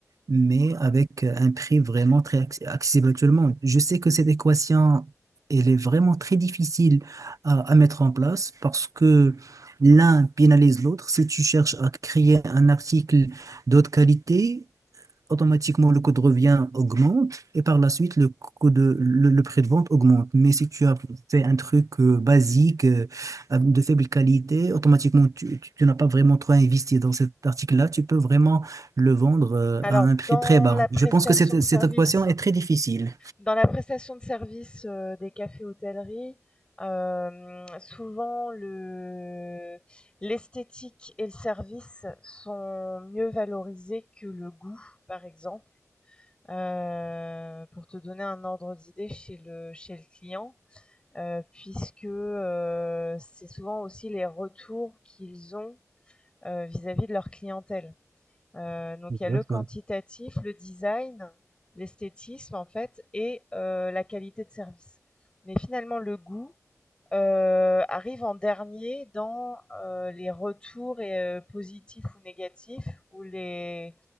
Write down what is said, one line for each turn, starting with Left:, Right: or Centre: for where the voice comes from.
Right: mais avec euh, un prix vraiment très acc- accessible à tout le monde. Je sais que cette équation, elle est vraiment très difficile à, à mettre en place parce que l'un pénalise l'autre. Si tu cherches à créer un article d'autre qualité, automatiquement le code revient augmente et par la suite le code le, le prix de vente augmente. Mais si tu as fait un truc euh, basique euh, euh, de faible qualité, automatiquement tu, tu- tu n'as pas vraiment trop investi dans cet article-là, tu peux vraiment le vendre euh,
Left: Alors
Right: à un prix
Left: dans
Right: très bas.
Left: la prestation
Right: Je pense que cette,
Left: de
Right: cette
Left: service
Right: équation est très difficile.
Left: dans la prestation de service, heu, des cafés-hôtelleries, hem, souvent le l'esthétique et le service sont mieux valorisés que le goût, par exemple. Heu, pour te donner un ordre d'idée chez le chez le client, heu, puisque, heu, c'est souvent aussi les retours qu'ils ont, heu, vis-à-vis de leur clientèle. Heu, donc
Right: Exactement.
Left: il y a le quantitatif, le design, l'esthétisme en fait et heu, la qualité de service. Mais finalement le goût, heu, arrive en dernier dans, heu, les retours et heu, positifs ou négatifs ou les